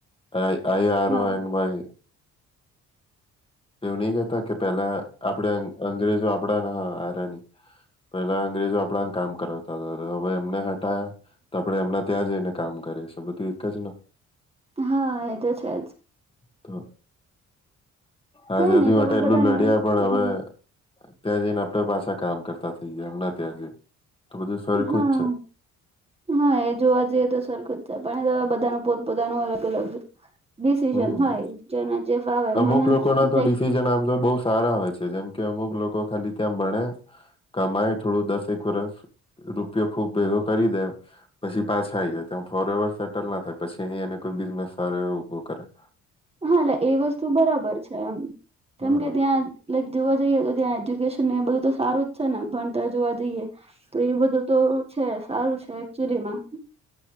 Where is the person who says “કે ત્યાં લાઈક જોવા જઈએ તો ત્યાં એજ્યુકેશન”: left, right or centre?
Right